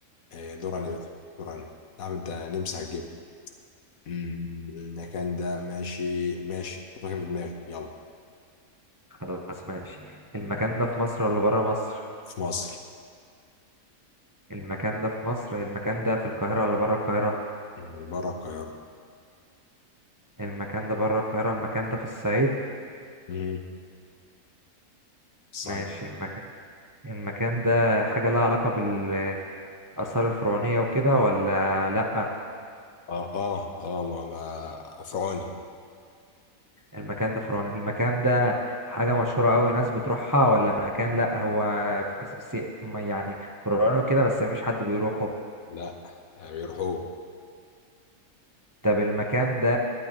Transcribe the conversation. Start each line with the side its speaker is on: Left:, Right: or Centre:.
Left: آه، دور علي بقى دور علي تعب انت نمسح الجبل مم، المكان ده ماشي ماشي حط مكان في دماغي يلا
Right: خلاص ماشي المكان ده في مصر ولا برا مصر
Left: في مصر
Right: المكان ده في مصر المكان ده في القاهرة ولا برا القاهرة
Left: مم، بره القاهرة
Right: المكان ده برا القاهرة المكان ده في الصعيد
Left: مم، الصعيد
Right: ماشي المكان المكان ده حاجة لها علاقة بالآثار الفرعونية وكده ولا لأ
Left: اه اه اه ما ما فرعوني
Right: المكان ده فرعوني المكان ده حاجة مشهورة أوي ناس بتروحها ولا مكان لأ هو ف- سي- ما يعني فرعوني وكده بس مفيش حد بيروحه
Left: لا آه، بيروحوا
Right: طب المكان ده